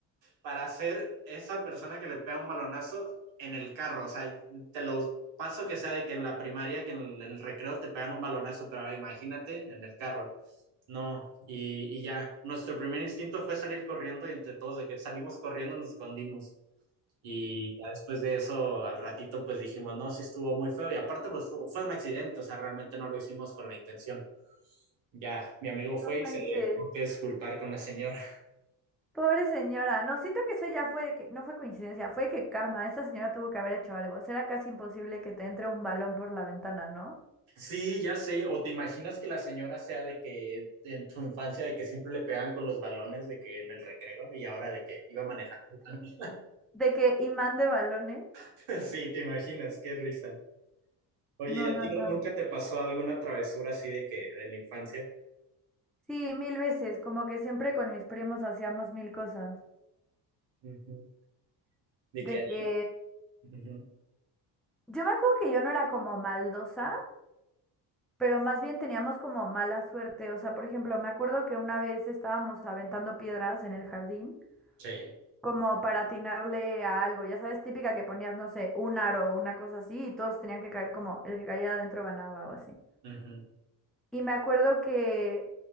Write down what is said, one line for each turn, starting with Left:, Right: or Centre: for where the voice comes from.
Right: para ser esa persona que le pega un balonazo en el carro, o sea, te lo paso que sea de que en la primaria, que en el recreo te pegan un balonazo, pero imagínate en el carro. No, y, y, ya, nuestro primer instinto fue salir corriendo y entre todos de que salimos corriendo nos escondimos. Y ya después de eso, al ratito, pues dijimos, no, sí estuvo muy feo. Y aparte, pues fu- fue un accidente, o sea, realmente no lo hicimos con la intención. Ya, mi amigo fue
Centre: No manches.
Right: y se tuvo que disculpar con la señora. <laughs>
Centre: Pobre señora, no, siento que eso ya fue de que, no fue coincidencia, fue que karma, esa señora tuvo que haber hecho algo. Será casi imposible que te entre un balón por la ventana, ¿no?
Right: Sí, ya sé. O te imaginas que la señora sea de que en tu infancia, de que siempre le pegaban con los balones, de que en el recreo, y ahora de que iba manejando también.
Centre: De que imán de balones.
Right: <laughs> Sí, te imaginas, qué risa. Oye,
Centre: No,
Right: ¿y a
Centre: no,
Right: ti
Centre: no.
Right: no- nunca te pasó alguna travesura así de que, de la infancia?
Centre: Sí, mil veces, como que siempre con mis primos hacíamos mil cosas.
Right: Ujú. De que...
Centre: De que
Right: ujú.
Centre: yo me acuerdo que yo no era como maldosa, pero más bien teníamos como mala suerte. O sea, por ejemplo, me acuerdo que una vez estábamos aventando piedras en el jardín.
Right: Sí.
Centre: como para atinarle a algo. Ya sabes, típica que ponías, no sé, un aro o una cosa así y todos tenían que caer como el que cayera adentro ganaba o así.
Right: Ujú.
Centre: Y me acuerdo que